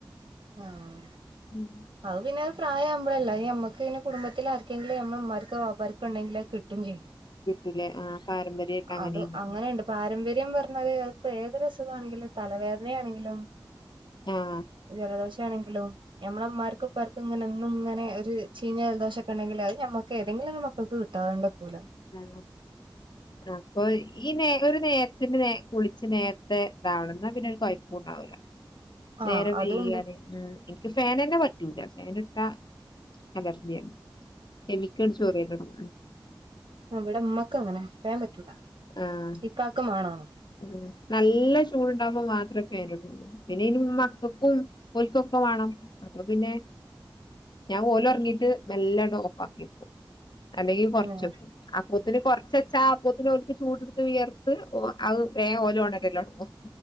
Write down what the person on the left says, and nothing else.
ഉം
കിട്ടു ലേ ആഹ് പാരമ്പര്യായിട്ട് അങ്ങനെ
ഇല്ല
ആഹ്
ആ അപ്പൊ ഈ നേ ഒരു നേരത്തിന് നേ കുളിച്ച നേര ഇതാവന്ന പിന്നെ ഒരു കൊഴപ്പണ്ടാവൂല
നേരം
വെയ്കിയാല് ഉം എനിക്ക് ഫേനന്നെ പറ്റൂല ഫേന് ഇട്ട അലർജിയാണ് എനിക്കങ് ചോറ് വെയ്ക്കണം
ആഹ്
ഉം നല്ല ചൂടാവുമ്പൊ മാത്രേ ഫേൻ ഇടുള്ളൂ പിന്നെ ഈ മക്കൾക്കും ഓൽക്കൊക്കെ വാണം അപ്പൊ പിന്നെ ഞാൻ ഓലൊർങ്ങീട്ട് മെല്ലെങ്ട്ട് ഓഫാക്കിടും അല്ലെങ്കി കൊർച്ചക്കും
അപ്പോത്തിന് കൊർച്ച് വെച്ചാ അപ്പോത്തിന് അവർക്ക് ചൂട്‌ട്ത്ത് വിയർത്ത് ഓ അത് വേ ഓലോണകലൊട്ങ്ങും